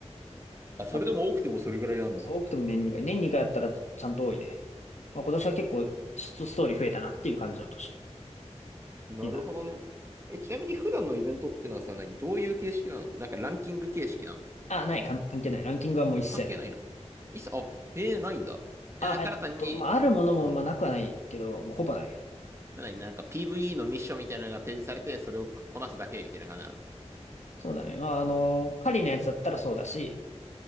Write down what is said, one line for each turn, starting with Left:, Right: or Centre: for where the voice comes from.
Right: あ、それでも多くてもそれぐらいなんだ。
Left: あったの。そう、多くても年2回。年2回あったらちゃんと多いね。まあ、今年は結構、ストーリー増えたなっていう感じの年
Right: なるほどね。
Left: になる。
Right: え、ちなみに普段のイベントってのはさ、何どういう形式なのなんかランキング形式なの
Left: あ、ない、かん関係ない。ランキングはもう一切ないね。
Right: 関係ないのいっさ、あ、へえ、ないんだ。え、
Left: あ、
Right: なんかただ単に、
Left: えっと、まあ、あるものも、
Right: うん。
Left: まあ、なくはないけど、もうほぼない。
Right: 何なんか PVE のミッションみたいなのが提示されて、それをこなすだけみたいな感じなの
Left: そうだね。まあ、あの、狩りのやつだったらそうだし、